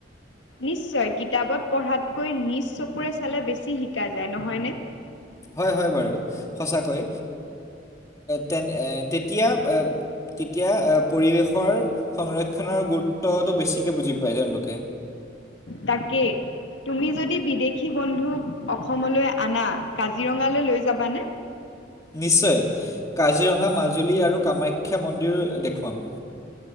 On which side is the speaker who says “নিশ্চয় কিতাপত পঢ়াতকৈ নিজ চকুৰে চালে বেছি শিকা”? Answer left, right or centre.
Left